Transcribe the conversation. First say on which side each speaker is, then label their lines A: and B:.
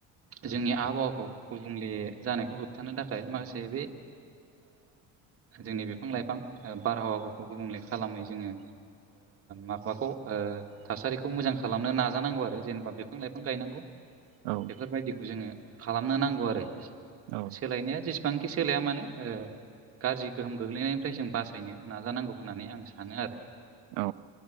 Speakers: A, on the right; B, on the right.
A: जोंनि आबहावाखौ गुबुंले जानायखौ होबथानो थाखाय माखासे बे जोंनि बिफां लाइफां बारहावाफोरखौ गुबुंले खालामै जोङो माबाखौ थासारिखौ मोजां खालामनो नाजानांगौ आरो जेनेबा बिफां लाइफां गायनांगौ
B: औ
A: बायदिखौ जोङो खालामनो नांगौ आरो
B: औ
A: सोलायनाया जेसेबांखि सोलाया मानो गाज्रि गोहोम गोग्लैनायनिफ्राय जों बासायनो नाजानांगौ होननानै आं सानो आरो
B: औ